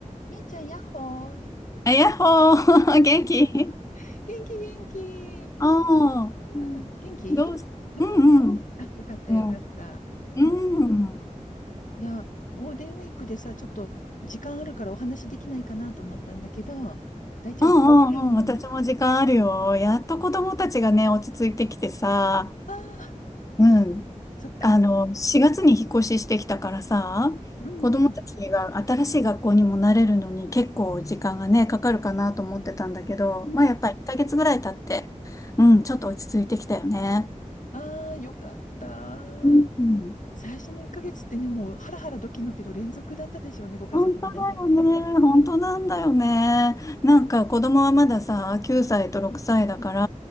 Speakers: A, on the left; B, on the left.
A: みえちゃん、やっほー。
B: あ、やっほー、
A: <laughs>
B: <laughs> 元気
A: 元気、元気。
B: ああー、
A: うん、元気うん。
B: どうし、うんうん。
A: あ、よかった、
B: うん、
A: よかった。
B: うん、うんうん
A: うん。いや、ゴールデンウィークでさ、ちょっと時間あるからお話できないかなと思ったんだけど、大丈夫うん
B: うん、私も時間あるよ。やっと子供たちがね、落ち着いてきてさ、
A: ああ
B: うん。
A: そっか。
B: あの、4月に引っ越ししてきたからさ、
A: うん
B: 子供たちが新しい学校にも慣れるのに結構時間がね、かかるかなと思ってたんだけど、
A: うん。
B: まあやっぱり1ヶ月ぐらい経って、うん、ちょっと落ち着いてきたよね。
A: ああ、よかった。
B: うん
A: 最初の1ヶ月ってね、もうハラハラドキドキの連続だったでしょうね、ご家族皆さんね。
B: 本当だよね。本当なんだよね。なんか子供はまださ、9歳と6歳だから、